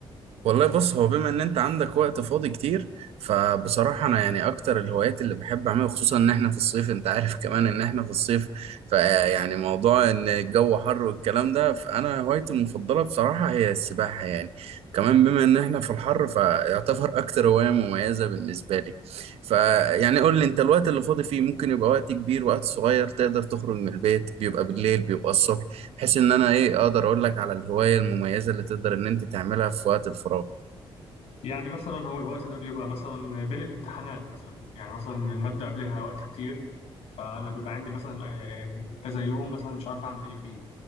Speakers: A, on the right; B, on the left.
A: والله بص هو بما ان انت عندك وقت فاضي كتير فبصراحة انا يعني اكتر الهوايات اللي بحب اعملها خصوصا ان احنا في الصيف انت عارف <laughs> كمان ان احنا في الصيف فيعني موضوع ان الجو حر والكلام ده فانا هوايتي المفضلة بصراحة هي السباحة يعني كمان بما ان احنا في الحر فيعتبر اكتر هواية مميزة بالنسبة لي فيعني قول لي انت الوقت اللي فاضي فيه ممكن يبقى وقت كبير وقت صغير تقدر تخرج من البيت بيبقى بالليل بيبقى الصبح بحيث ان انا ايه اقدر اقول لك على الهواية المميزة اللي تقدر ان انت تعملها في وقت الفراغ
B: يعني مثلا هو الوقت ده بيبقى مثلا بين الامتحانات مثلا يعني مثلا المادة قبلها وقت كتير فانا بيبقى عندي مثلا آه، كذا يوم مثلا مش عارف اعمل ايه فيه